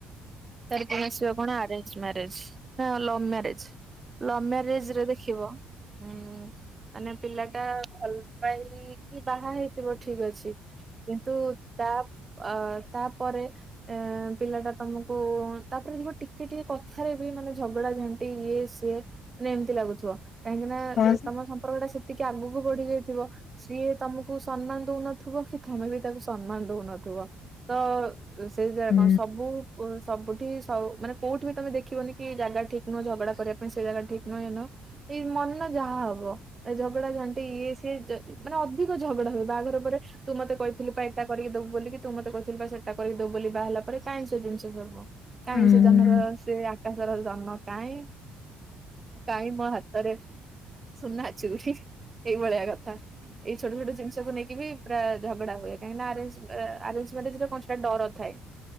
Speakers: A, on the right; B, on the left.
A: ତାର ପଣ ଆସିବା କଣ ଆରେଞ୍ଜ ମ୍ୟାରେଜ ନା ଲଭ ମ୍ୟାରେଜ? ଲଭ୍ ମ୍ୟାରେଜ ରେ ଦେଖିବ ହୁଁ ମାନେ ପିଲାଟା ଭଲ ପାଇକି ବାହା ହେଇଥିବ ଠିକ ଅଛି। କିନ୍ତୁ, ତା ଅ ତାପରେ ଏ ପିଲାଟା ତମକୁ ଓ ତାପରେ ଦେଖିବ ଟିକିଏ, ଟିକିଏ କଥାରେ ବି ମାନେ ଝଗଡା ଝାଣ୍ଟି ଇଏ ସିଏ ମାନେ ଏମିତି ଲାଗୁଥିବ। କାହିଁକି ନା
B: ହଁ
A: ତମ ସମ୍ପର୍କ ଟା ସେତିକି ଆଗକୁ ବଢି ଯାଇଥିବ। ସିଏ ତମକୁ ସମ୍ମାନ ଦଉନଥୁବ କି, ତମେ ବି ତାକୁ ସମ୍ମାନ ଦଉନଥିବ, ତ ସେଇ ଯାଗାରେ
B: ଉଁ
A: କଣ ସବୁ ସବୁଠି ସବୁ ମାନେ କୋଉଠି ବି ତମେ ଦେଖିବନି କି, ଜାଗା ଠିକ ନୁହଁ ଝଗଡା କରିବା ପାଇଁ, ସେ ଜାଗା ଠିକ ନୁହେଁ, ଏନୁହଁ। ଏଇ ମନ ଯାହା ହବ। ଏ ଝଗଡା ଝାଣ୍ଟି ଇଏ ସିଏ ମାନେ ଅଧିକ ଝଗଡା ହୁଏ, ବାହାଘର ପରେ। ତୁ ମତେ କହିଥିଲୁ ପା ଏଟା କରିକିଦେବୁ ବୋଲିକି ତୁ ମତେ କହିଥିଲୁ ସେଟା କରିକିଦେବୁ ବୋଲି ବାହାହେଲା ପରେ କାଇହିଁ ସେ ଜିନିଷ ଦବ, କାହିଁ
B: ଉଁ
A: ସେ <unintelligible> ସେଇଆ ଆକାଶର ଜନ୍ମ କାହିଁ, କାହିଁ ମୋ ହାତରେ ସୁନାଚୁଡି ଏଇଭଳିଆ କଥା। ଏଇ ଛୋଟ ଛୋଟ ଜିନିଷକୁ ନେଇକି ବି ପ୍ରାୟ ଝଗଡା ହୁଏ। କାହିଁକି ଆରେଞ୍ଜ ମାରେଜରେ କଣ, ସେଟା ଡରଥାଏ।